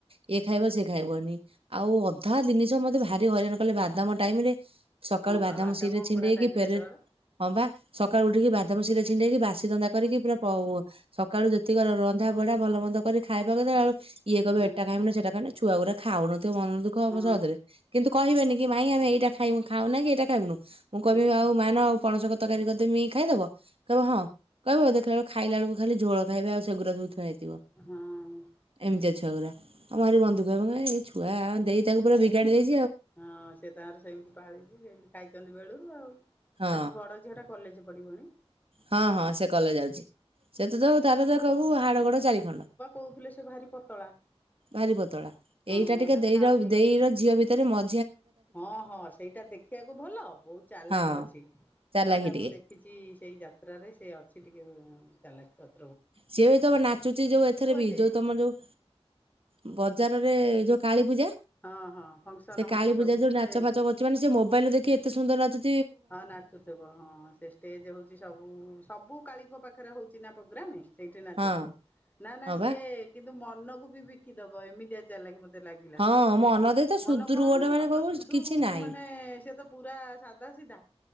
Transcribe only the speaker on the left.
ହଁ
ବା
ଅବଡା
ଟାଇମ
ସେତେବେଳେ
ହଁ
ହଁ
ହଁ।
ହଁ
ହଁ
ହଁ ସେ ତାଙ୍କର ସେମିତି ପାଳିଚି ସେମିତି ଖାଇଚନ୍ତି ବେଳୁରୁ ଆଉ।
ତା ଜି-ବଡ ଝିଅଟା କଲେଜ ପଢିବନି।
କୋହୁଥିଲେ ସେ ଭାରି ପତଳା।
ହଁ
ସେ
ଖାଉନି
ହଁ ହଁ ସେଇଟା ଦେଖିବାକୁ ଭଲ ବୋହୁତ ଚାଲାଖେ
ଅଛି।
ମୁଁ ବା ତାକୁ
ଦେଖିଚି ସେଇ ଯାତ୍ରାରେ ସେ ଅଛି ଟିକେ ଚାଲାଖ ଅ
ସେ
ହଁ ହଁ ଫଙ୍କସନ
ହଉଛି
ସବୁ
ଷ୍ଟେଜ
ହଁ ନାଚୁଥିବ ହଁ ସେ ଷ୍ଟେଜେ ହୋଉଚି ସବୁ ସବୁ କାଳୀଙ୍କ ପାଖରେ ହୋଉଚି ନା ପୋଗ୍ରାମେ ସେଇଠି ନାଚୁଥିବ
ନା ନା
ସିଏ କିନ୍ତୁ ମନକୁ ବି ବିକି ଦବ ଏମି ତିଆ ଚାଲାଖେ ଭ ଲାଗିଲା
ମନ
କଣ
କି
ମନ
ତ ସୁଦୁ
ମାନେ ସିଏ ତ ପୁରା ସା ଧା ସିଧା